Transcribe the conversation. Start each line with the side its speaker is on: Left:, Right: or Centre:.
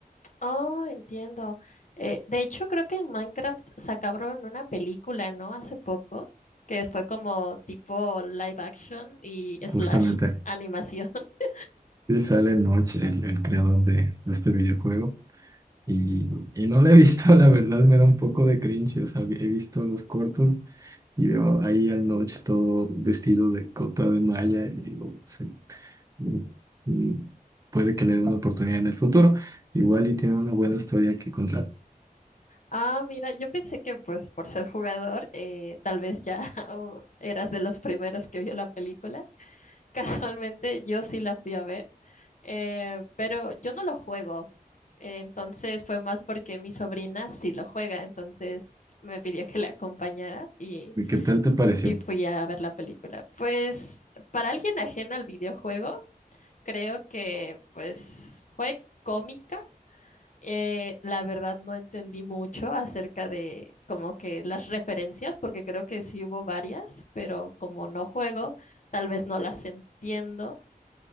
Left: Oh, entiendo. Eh, de hecho, creo que en Minecraft sacaron una película, ¿no? Hace poco, que fue como tipo live action y slash
Right: Justamente.
Left: animación. <laughs>
Right: Sí sale Notch, el, el creador de, de este videojuego. Y, y no lo he visto, <laughs> la verdad me da un poco de cringe. O sea, he visto los cortos y veo ahí al Notch todo vestido de cota de malla y digo, sí. mm, mm, puede que le den una oportunidad en el futuro. Igual y tiene una buena historia que contar.
Left: Ah, mira, yo pensé que pues por ser jugador, eh, tal vez ya <laughs> o eras de los primeros que vio la película. <laughs> Casualmente, yo sí la fui a ver, eh, pero yo no lo juego. Eh, entonces fue más porque mi sobrina sí lo juega, entonces me pidió que la acompañara y...
Right: ¿Y qué tal te pareció?
Left: Y fui a ver la película. Pues para alguien ajena al videojuego, creo que pues fue cómica. Eh, la verdad no entendí mucho acerca de como que las referencias, porque creo que sí hubo varias, pero como no juego, tal vez no las entiendo.